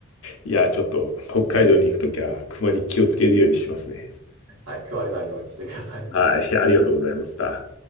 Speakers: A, on the left; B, on the right.
A: いや、ちょっと北海道に行くときは、熊に気をつけるようにしますね。
B: はい、食われないようにしてください。
A: はい。ありがとうございました。